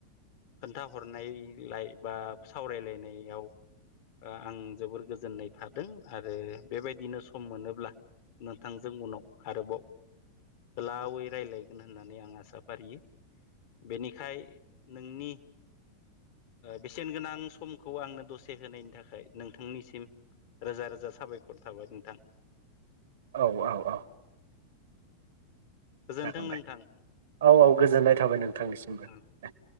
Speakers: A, on the left; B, on the right.
A: खोन्थाहरनायलाय बा सावरायलायनायाव आं जोबोर गोजोननाय थादों आरो बेबायदिनो सम मोनोब्ला नोंथांजों उनाव आरोबाव गोलावै रायलायगोन होननानै आं आसा फारियो। बेनिखाय नोंनि बेसेनगोनां समखौ आंनो दसे होनायनि थाखाय नोंथांनिसिम रोजा रोजा साबायखर थाबाय नोंथां।
B: औ-औ-औ-औ
A: गोजोन्थों
B: जागोन
A: नोंथां
B: दे औ औ गोजोननाय थाबाय नोंथांनिसिमबो
A: ओ।
B: दे